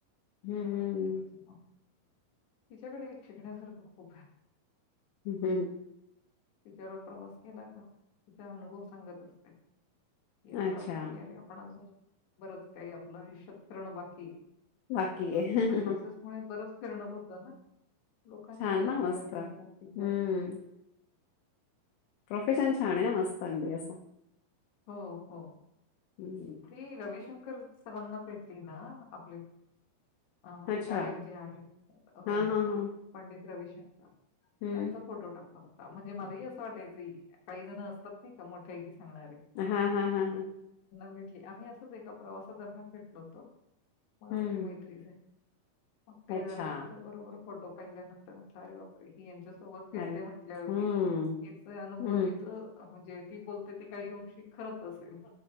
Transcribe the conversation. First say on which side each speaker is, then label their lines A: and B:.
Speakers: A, on the left; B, on the left.
A: हम्म
B: छान
A: हम्म.
B: त्यांच पण. तिच्याकडे शिकण्यासारखं खूप हाय.
A: हम्म हं.
B: तिच्याबर प्रवास केला का तिचा अनुभव सांगत असते. की असं
A: अच्छा
B: वाटतं की, अरे आपण आजून बरंच काही आपलं आयुष्यात फिरणं बाकीए.
A: बाकी आहे.
B: तिच क्लासेस मुळे बरच फिरणं होत ना. लोकांशी
A: छान
B: भेटी
A: ना मस्त.
B: गाठी होतात. तिच्या
A: हम्म. प्रोफेशन छान ये ना मस्त अगदी असं.
B: हो हो
A: हम्म,
B: ती रविशंक कर सरांना भेटली ना आपले. अ
A: अच्छा.
B: गायक जे आहेत हो
A: हां, हां, हां.
B: पंडित रवी श त्यांचा
A: हम्म,
B: फोटो टाकलो. ता म्हणजे मलाही असं वाटायच की, काही जण असतात नाइ का मोठ्या ऐकी सांणारे.
A: हा हा हा.
B: भेटली आम्ही असंच एका प्रवासादरम्यान भेटलो होतो मग
A: हम्म,
B: आमची मैत्री झाली. मग ते
A: अच्छा.
B: रविशंकर बरोबर फोटो पाहिल्यानंतर अरे बापरे ही यांच्या. सोबत फिरते
A: अरे
B: म्हटल्यावरती
A: हम्म,
B: तिच अनुभव
A: हम्म,
B: हिच म्हणजे ती बोलते ती काही होऊन शिक खरच असेल.